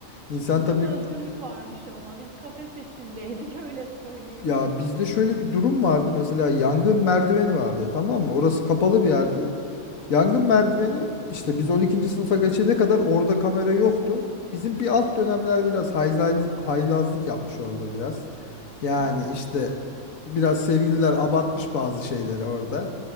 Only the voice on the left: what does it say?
İnsan
tabii
ya bizde şöyle bir durum vardı. Mesela yangın merdiveni vardı tamam mı? Orası kapalı
bir yerdi. Yangın merdiveni işte biz 12. sınıfa geçene kadar orada kamera yoktu. Bizim bir alt dönemler biraz hayla- haylazlık yapmış orada biraz. Yani
işte biraz sevgililer abartmış bazı şeyleri orada.